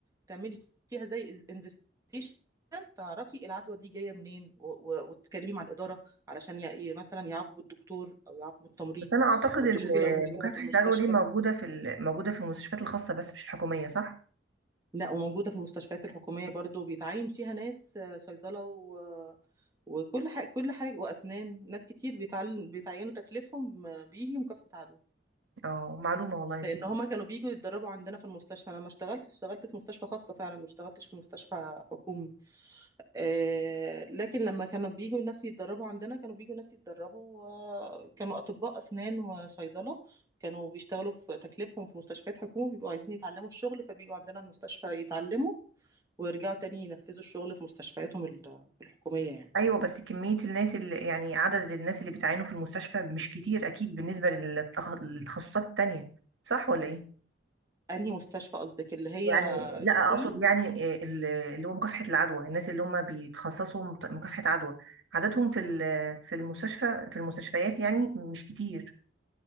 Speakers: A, on the right (about 20°); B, on the right (about 80°).
A: تعملي فيها زي انفستيشن تعرفي العدوى دي جايه منين و- و- وتتكلمي مع الاداره علشان ي- ي- مثلا يعاقبوا الدكتور او يعاقبوا التمريض
B: بس انا اعتقد
A: او
B: ال-
A: تشوفي لو مشكله
B: مكافحة
A: في المستشفى
B: العدوى دي موجودة في ال- موجودة في المستشفيات الخاصة بس مش الحكومية صح
A: لا وموجودة في المستشفيات الحكومية برضو بيتعين فيها ناس آه، صيدلة و... وكل حاجة كل حاجة وأسنان ناس كتير بيتعل... بيتعينوا تكليفهم آه، بيجي مكافحة عدوى
B: اه معلومة والله
A: لأن هما كانوا بيجوا يتدربوا عندنا في المستشفى أنا ما اشتغلتش اشتغلت في مستشفى خاصة فعلا ما اشتغلتش في مستشفى حكومي آه، لكن لما كانوا بيجوا ناس يتدربوا عندنا كانوا بيجوا ناس يتدربوا آه، كانوا أطباء أسنان وصيدلة كانوا بيشتغلوا في تكليفهم في مستشفيات حكومة بيبقوا عايزين يتعلموا الشغل فبيجوا عندنا المستشفى يتعلموا ويرجعوا تاني ينفذوا الشغل في مستشفياتهم ال- الحكومية يعني
B: ايوه بس كميه الناس اللي يعني عدد الناس اللي بتعانوا في المستشفى مش كتير اكيد بالنسبه للتخ... للتخصصات التانية صح ولا ايه
A: أنهي مستشفى قصدك اللي هي
B: يعني لا
A: الحكومي؟
B: اقصد يعني آه، ال- اللي هو مكافحه العدوى الناس اللي هم بيتخصصوا مت- مكافحه عدوى عددهم في ال- في المستشفى في المستشفيات يعني مش كتير